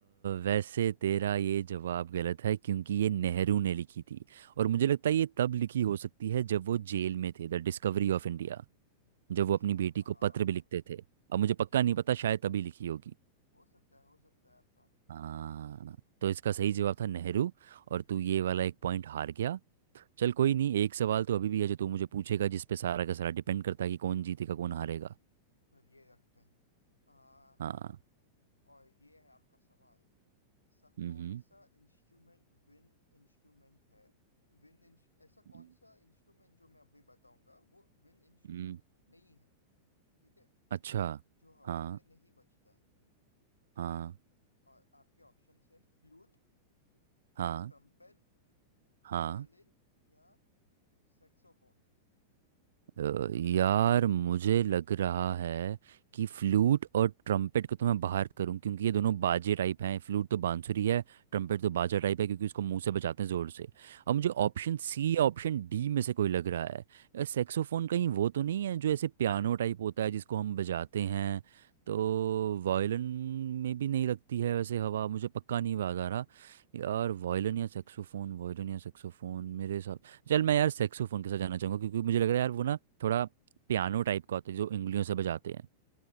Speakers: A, on the right (about 60°); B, on the left (about 85°).
A: वैसे तेरा ये जवाब गलत है क्योंकि ये नेहरू ने लिखी थी और मुझे लगता है ये तब लिखी हो सकती है जब वो जेल में थे द डिस्कवरी ऑफ इंडिया
B: अच्छा
A: जब वो अपनी बेटी
B: हाँ
A: को पत्र भी लिखते थे अब मुझे पक्का
B: जी
A: नहीं
B: जी
A: पता शायद तभी लिखी होगी
B: हो सकता है हो सकता है आपका
A: हाँ तो इसका सही जवाब था नेहरू और
B: हम्म
A: तू ये वाला एक पॉइंट हार गया चल कोई नहीं एक सवाल तो अभी भी है जो तू मुझे पूछेगा जिस पे सारा का सारा डिपेंड करता है कि कौन जीतेगा कौन हारेगा
B: चलिए रखते हैं आ,
A: हाँ
B: और ये है आपका सवाल ऐसा
A: हम्म
B: कौन सा इंस्ट्रूमेंट विंड इंस्ट्रूमेंट है विंड इंस, ऐसा
A: हम्म,
B: कौन सा इंस्ट्रूमेंट जो मैं अभी बताऊंगा वो विंड इंस्ट्रूमेंट
A: हम्म,
B: नहीं है ठीक है
A: अच्छा
B: जो हवा
A: हाँ
B: से नहीं बजता है
A: हाँ
B: और आपके ऑप्शंस है फ्लूट
A: हाँ
B: ट्रम्पेट
A: हाँ
B: वायोलिन या सैक्सोफोन
A: अ, यार मुझे लग रहा है कि फ्लूट और ट्रम्पेट को तो मैं बाहर करूं क्योंकि ये दोनों बाजे टाइप हैं फ्लूट तो बांसुरी है ट्रम्पेट तो बाजा टाइप है क्योंकि उसको मुंह से बजाते हैं ज़ोर से अब मुझे ऑप्शन सी या ऑप्शन डी में से कोई लग रहा है सेक्सोफोन कहीं वो तो नहीं है जो ऐसे पियानो टाइप होता है जिसको हम बजाते हैं तो वायलिन में भी नहीं लगती है वैसे हवा मुझे पक्का नहीं याद आ रहा यार वायलिन या सेक्सोफोन वायलिन या सेक्सोफोन मेरे चल मैं यार सेक्सोफोन के साथ जाना चाहूंगा क्योंकि मुझे लग रहा है यार वो ना थोड़ा पियानो टाइप का होता है जो उंगलियों से बजाते हैं